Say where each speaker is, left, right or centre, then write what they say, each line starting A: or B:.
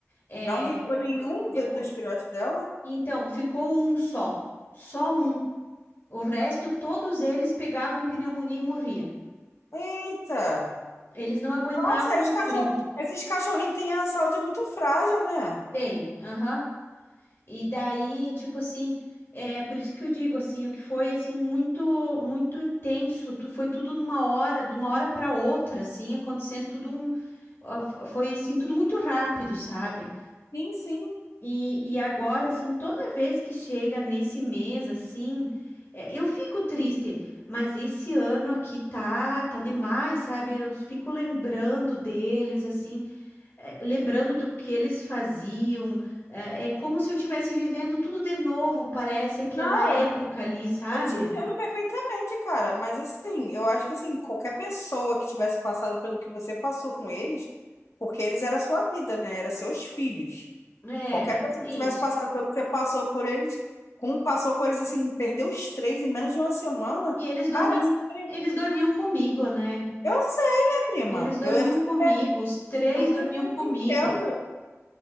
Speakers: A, on the left (about 50°); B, on the left (about 70°).
A: É,
B: Não vingou
A: depois,
B: nenhum
A: depois,
B: do- dos filhotes dela?
A: então, ficou um só, só um. O resto, todos eles pegavam pneumonia e morria.
B: Eita!
A: Eles não aguentavam
B: Nossa, esses
A: o
B: cachorro,
A: frio.
B: esses cachorrinhos têm a saúde muito frágil, né?
A: Tem, aham. E daí, tipo assim, é por isso que eu digo assim, o que foi assim muito muito intenso, tu foi tudo numa hora, de uma hora para outra, assim, acontecendo tudo um ah, f- foi assim tudo muito rápido, sabe?
B: Sim, sim.
A: E, e agora assim, toda vez que chega nesse mês assim, é, eu fico triste, mas esse ano aqui tá tá demais, sabe? Eu fico lembrando deles assim, é, lembrando do que eles faziam. É, é como se eu estivesse vivendo tudo de novo, parece aquela
B: Não,
A: época
B: eu
A: ali, sabe?
B: Eu te entendo perfeitamente, cara, mas assim, eu acho que assim, qualquer pessoa que tivesse passado pelo que você passou com eles, porque eles era sua vida, né? Era seus filhos.
A: É,
B: Qualquer pessoa
A: isso.
B: que tivesse passado pelo que você passou por eles, como passou por eles assim, perdeu os três em menos de uma semana,
A: E eles dormiam,
B: cara, assim,
A: eles dormiam comigo, né?
B: eu sei, né, prima?
A: Eles dormiam
B: Eu, é super,
A: comigo, os três
B: eu
A: dormiam
B: super
A: comigo.
B: te entendo.